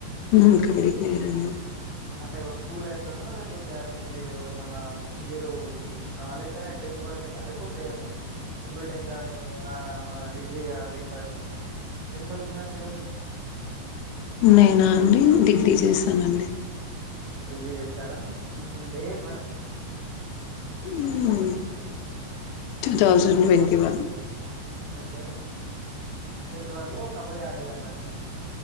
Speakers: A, on the left; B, on the right.
A: హ్మ్మ్ కబడ్డీ ప్లేయర్ అండి
B: అంటే స్కూల్ లైఫ్ లోనా లేకపోతే మీన్ మీరు ఏమన్నా మీరు నా లెక్కనే టెన్త్ వరకు నా లేకపోతా బీటెక్ గాని మన డిగ్రీ అ ర ఇంటర్ట్ ఏం చదువుకున్నారు మీరు
A: నేనా అండి డిగ్రీ చేశానండి
B: డిగ్రీ చేసారా హుహుమ్ ఏ ఊరు మేడం
A: హ్మ్మ్ గాజులమండ్యమ
B: ఓకే ట్వంటీ వన్ లో కబడ్డీ ఆడేది అన్నట్టు